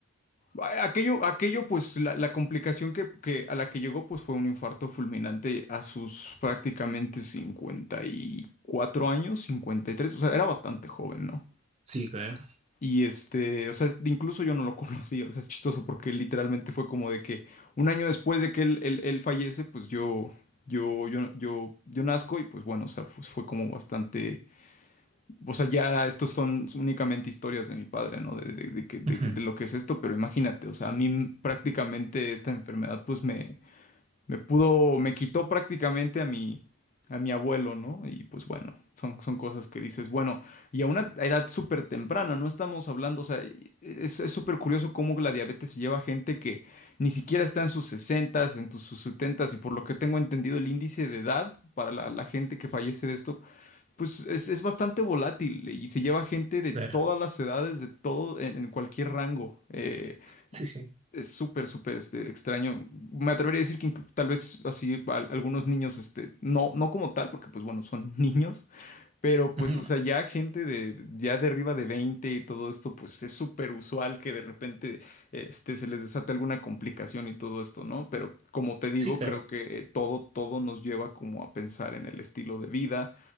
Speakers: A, on the left (about 35°); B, on the right (about 30°).
A: a- aquello, aquello pues la, la complicación que, que a la que llegó pues fue un infarto fulminante a sus prácticamente 54 años, cincuenta y tres o sea, era bastante joven, ¿no?
B: Sí, claro.
A: Y este, o sea, incluso yo no lo <laughs> conocí, o sea, es chistoso porque literalmente fue como de que un año después de que él, él, él fallece, pues yo, yo, yo, yo, yo nazco y pues bueno, o sea, pues fue como bastante, o sea, ya estos son únicamente historias de mi padre, ¿no? De, de, de que- de-
B: Ujú.
A: de lo que es esto, pero imagínate, o sea, a mí prácticamente esta enfermedad pues me, me pudo, me quitó prácticamente a mi, a mi abuelo, ¿no? Y pues bueno, son, son cosas que dices, bueno, y a una edad súper temprana, no estamos hablando, o sea, es, es súper curioso cómo la diabetes se lleva a gente que ni siquiera está en sus sesentas en tus- sus 70 y por lo que tengo entendido, el índice de edad para la, la gente que fallece de esto, pues es, es bastante volátil y se lleva gente de
B: Claro.
A: todas las edades, de todo, en, en cualquier rango. eh,
B: Sí, sí.
A: es súper, súper este, extraño. Me atrevería a decir que inclu- tal vez así al- algunos niños, este, no, no como tal, porque pues bueno, son <laughs> niños, pero pues
B: Ujú.
A: o sea, ya gente de ya de arriba de 20 y todo esto, pues es súper usual que de repente este, se les desate alguna complicación y todo esto, ¿no? Pero como te digo,
B: Sí, claro.
A: creo que eh, todo, todo nos lleva como a pensar en el estilo de vida